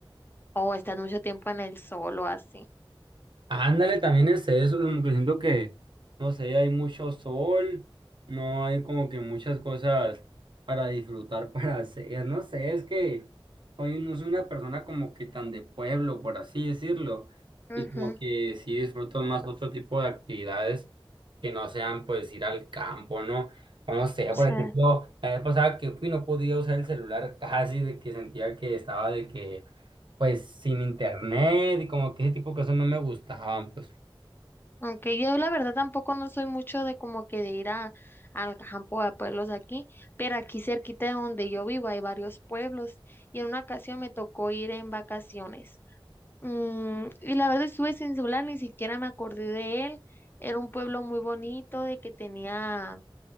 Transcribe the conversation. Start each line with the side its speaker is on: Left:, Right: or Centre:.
Left: o estás mucho tiempo en el sol o así.
Right: Ándale, también es eso, como que siento que, no sé, hay mucho sol, no hay como que muchas cosas para disfrutar, <laughs> para hacer, no sé, es que soy, no soy una persona como que tan de pueblo, por así decirlo, y
Left: Ujú,
Right: como que sí disfruto más otro tipo de actividades que no sean pues ir al campo, ¿no? O no sé,
Left: sí.
Right: por ejemplo, la vez pasada que fui no podía usar el celular casi de que sentía que estaba de que pues sin internet y como que ese tipo de cosas no me gustaban, pues.
Left: Aunque yo la verdad tampoco no soy mucho de como que de ir a, al campo a pueblos aquí, pero aquí cerquita de donde yo vivo hay varios pueblos y en una ocasión me tocó ir en vacaciones. Mm, y la verdad estuve sin celular, ni siquiera me acordé de él. Era un pueblo muy bonito, de que tenía